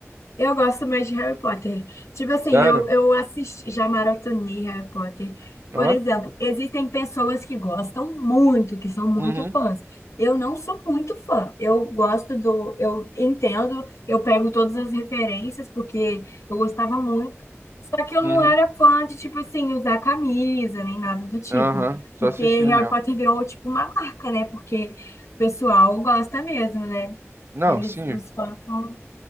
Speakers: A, on the left; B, on the right.
A: Eu gosto mais de Harry Potter. Tipo assim,
B: Sério?
A: eu, eu assisti, já maratonei Harry Potter.
B: Ó?
A: Por exemplo, existem pessoas que gostam muito, que são muito
B: Uhum,
A: fãs. Eu não sou muito fã. Eu gosto do, eu entendo, eu pego todas as referências, porque eu gostava muito. Só que eu
B: uhum,
A: não era fã de, tipo assim, usar camisa, nem nada do tipo.
B: aham, só
A: Porque
B: assistir
A: Harry
B: mesmo.
A: Potter virou, tipo, uma marca, né? Porque o pessoal gosta mesmo, né?
B: Não,
A: Eles,
B: sim,
A: os
B: o
A: fãs são,